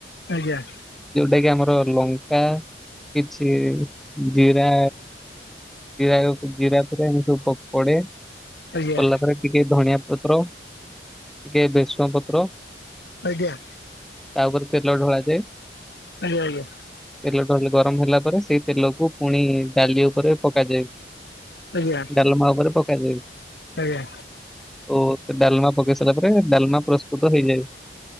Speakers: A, on the left; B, in the centre.
A: ଆଜ୍ଞା।
B: ଯୋଉଟା କି ଆମର ଲଙ୍କା କିଛି ଜିରା ଜିରା ଜିରା ଫିରା ଏମିତି ସବୁ ପ ପଡେ।
A: ଆଜ୍ଞା
B: କଲା ପରେ ଟିକେ ଧଣିଆ ପତ୍ର ଟିକେ ଭେରସୁଙ୍ଗା ପତ୍ର।
A: ଆଜ୍ଞା।
B: ତା ଉପରେ ତେଲ ଢଳାଯାଏ।
A: ଆଜ୍ଞା ଆଜ୍ଞା।
B: ତେଲ ଢ଼ାଳିଲି ଗରମ ହେଲା ପରେ ସେଇ ତେଲକୁ ପୁଣି ଡାଲି ଉପରେ ପକାଯାଏ।
A: ଆଜ୍ଞା ଆଜ୍ଞା
B: ଡାଲମା ଉପରେ ପକାଯାଏ।
A: ଆଜ୍ଞା
B: ଓ ସେ ଡାଲମା ପକେଇ ସାରିଲା ପରେ ଡାଲମା ପ୍ରସ୍ତୁତ ହେଇଯାଏ।